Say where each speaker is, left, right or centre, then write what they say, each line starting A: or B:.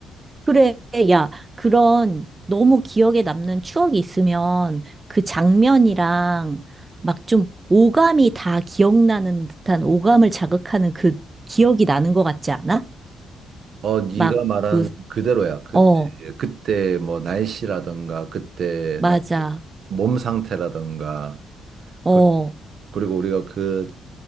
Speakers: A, on the right; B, on the right.
A: 그래, 야, 그런 너무 기억에 남는 추억이 있으면 그 장면이랑 막 좀 오감이 다 기억나는 듯한 오감을 자극하는 그 기억이 나는 것 같지 않아?
B: 어, 네가
A: 막
B: 말한
A: 그,
B: 그대로야. 그때
A: 어,
B: 그때 뭐 날씨라던가 그때
A: 맞아.
B: 나, 몸 상태라던가
A: 어.
B: 그- 그리고 우리가 그